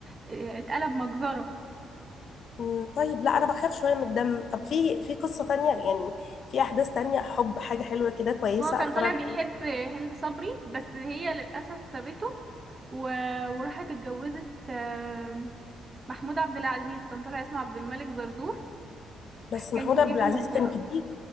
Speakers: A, on the right (about 30°); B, on the left (about 55°).
A: اتقلب مجزرة
B: أمم، طيب لا انا بخاف شوية من الدم طب في في قصة تانية يعني في احداث تانية حب حاجة حلوة كده كويسة
A: هو كان
B: اتفرج
A: طالع بيحب
B: عليها
A: هند صبري بس هي للأسف سابته و... وراحت اتجوزت آم، محمود عبد العزيز كان طالع اسمه عبد الملك زرزور
B: بس محمود
A: كان كبير
B: عبد العزيز
A: المنطقة
B: كان كبير